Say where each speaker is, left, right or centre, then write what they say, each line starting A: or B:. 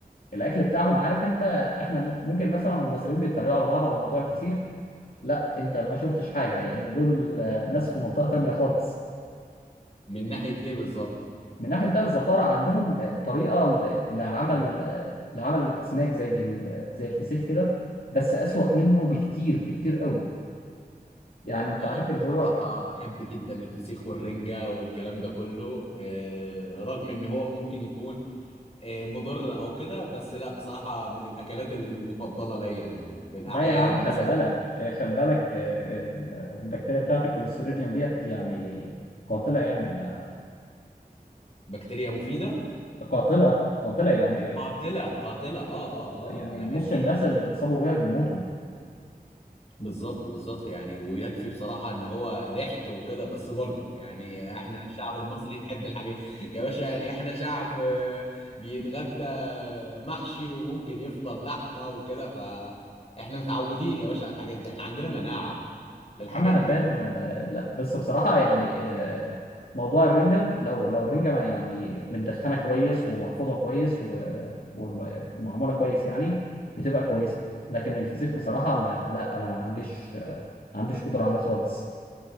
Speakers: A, on the left; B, on the left.
A: الاكل بتاعهم عارف انت احنا ممكن مثلا المصريين بيتريقوا على بعض على موضوع الفسيخ لا انت ما شفتش حاجه يعني دول آه، ناس في منطقه تانية خالص
B: من ناحية ايه بالظبط
A: من ناحيه بقى الزفاره عندهم آه، طريقه ل- لعمل آه، لعمل الاسماك زي ال- زي الفسيخ كده بس اسوأ منه بكتير بكتير قوي يعني انت
B: انا
A: عارف
B: بصراحة
A: اللي هو
B: بحب جدا الفسيخ والرنجة والكلام ده كله آه، رغم ان هو ممكن يكون آه، مضر او كده بس لا بصراحة من الاكلات المفضلة ليا يعني في الاعياد
A: لا يا عم خلي
B: مثلا
A: بالك آه، خلي بالك آه، ال- البكتيريا بتاعت الكوليستيريديوم ديت يعني قاتلة يعني ما
B: بكتيريا مفيدة
A: قاتلة قاتلة يعني
B: قاتلة قاتلة اه اه
A: يعني
B: اه ما
A: نص
B: اكيد
A: الناس اللي بتصابوا بيها بيموتوا يا
B: بالظبط بالظبط يعني ويكفي بصراحة ان هو ريحته وكده بس برضه يعني احنا الشعب المصري نحب الحاجات يا باشا يعني احنا شعب آه، بيتغدى محشي وممكن يفطر لحمة وكده فاحنا متعودين يا باشا على الحاجات دي احنا عندنا مناعة للحاجات
A: عم انا
B: دي
A: فاهم أنا لا بس بصراحة يعني آه، موضوع الرنجة لو لو الرنجة ما- يعني متدخنة كويس ومحفوظة كويس و- والم- ومعمولة كويس يعني بتبقى كويسة لكن الفسيخ بصراحة أنا لا انا ما عنديش ما عنديش قدرة عليه خالص